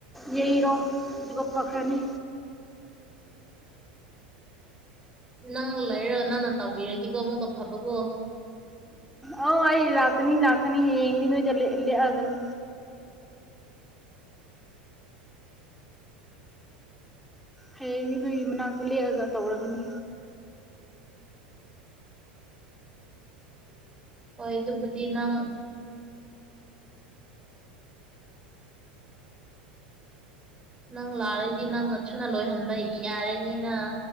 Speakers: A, in the centre; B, on the right.
A: ꯌꯩꯔꯣ ꯑꯗꯨꯒ ꯐꯈ꯭ꯔꯅꯤ
B: ꯅꯪ ꯂꯩꯔꯒ ꯅꯪꯅ ꯇꯧꯕꯤꯔꯗꯤꯀꯣ ꯑꯃꯨꯛꯀ ꯐꯕꯀꯣ
A: ꯑꯣ ꯑꯩ ꯂꯥꯛꯀꯅꯤ ꯂꯥꯛꯀꯅꯤ ꯍꯌꯦꯡꯗꯤ ꯅꯣꯏꯗ ꯂꯦꯛꯑ ꯂꯦꯛꯑꯒꯅꯤ ꯍꯌꯦꯡꯗꯤ ꯅꯣꯏꯒꯤ ꯃꯅꯥꯛꯇ ꯂꯦꯛꯑꯒ ꯇꯧꯔꯒꯅꯤ
B: ꯍꯣꯏ ꯑꯗꯨꯕꯨꯗꯤ ꯅꯪ ꯅꯪ ꯂꯥꯛꯔꯗꯤ ꯅꯪꯅ ꯊꯨꯅ ꯂꯣꯏꯍꯟꯕ ꯌꯥꯔꯅꯤꯅ